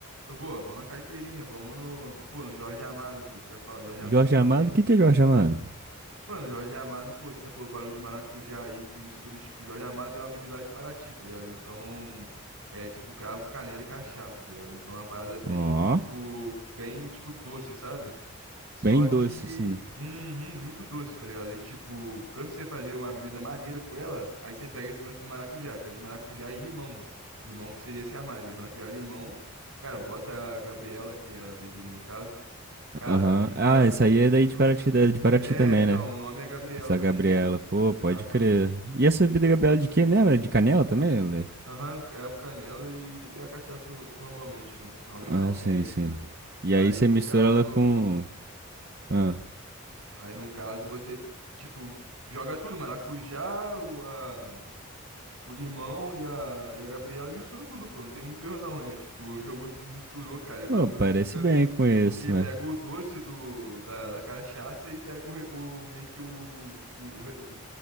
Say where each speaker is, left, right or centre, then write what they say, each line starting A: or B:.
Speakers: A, on the right; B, on the right.
A: eu vou, vamos na caipirinha, vamos no, pô, no Jorge Amado, pô, isso que eu ia falar, Jorge Amado
B: Jorge
A: também.
B: Amado, o que que é Jorge Amado?
A: Mano, Jorge Amado, pô, você até falou barulho de maracujá aí, que mistura, e, tipo, Jorge Amado é uma bebida lá de Paraty, tá ligado? Então, é tipo cravo, canela e cachaça, tá ligado? Então é uma parada bem,
B: Ó,
A: tipo, bem, tipo, doce, sabe? Só
B: bem doce,
A: que,
B: assim.
A: uhum, muito doce, tá ligado? E, tipo, pra você fazer uma bebida maneira com ela, aí você pega esse lance do maracujá, pega o maracujá e limão. Limão que seria esse a mais, aí maracujá e limão. Cara, bota a Gabriela, que é a bebida no caso. Cara,
B: Aham.
A: fica
B: Ah, essa aí
A: muito.
B: é daí de Paraty, é de Paraty
A: É,
B: também,
A: então,
B: né?
A: o nome é Gabriela
B: Essa
A: da
B: Gabriela,
A: bebida, que
B: pô,
A: você
B: pode
A: crava
B: crer.
A: o.
B: E essa bebida Gabriela de quê mesmo? É de canela também, velho?
A: Aham, crava canela e, e a cachaça no- normalmente, né? Que Normalmente
B: Ah,
A: não,
B: sim,
A: é isso,
B: sim.
A: né?
B: E aí
A: Aí
B: você
A: no
B: mistura
A: caso,
B: ela com. Ah,
A: aí no caso você, tipo, joga tudo, maracujá, o, a, o limão e a, e a Gabriela e mistura tudo, pô. Não tem muito erro não, é tipo, jogou tudo, misturou, cara, e o
B: pô,
A: bagulho
B: parece
A: fica.
B: bem com esse,
A: Porque
B: né?
A: pega o doce do, da, da cachaça e pega o, re- o meio que o, o, o, re- o